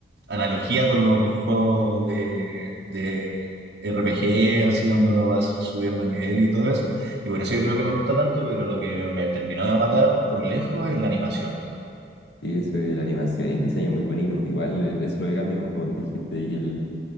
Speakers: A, on the right; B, on the left.
A: analogía con los juegos de, de RPG, así donde uno va su- subiendo nivel y todo eso. Y por eso yo creo que me gusta tanto, pero lo que me terminó de matar por lejos es la animación.
B: Y eso es la animación y el diseño es muy bonito. Igual el- eso es lo que cambia, pues como te dijiste, de que el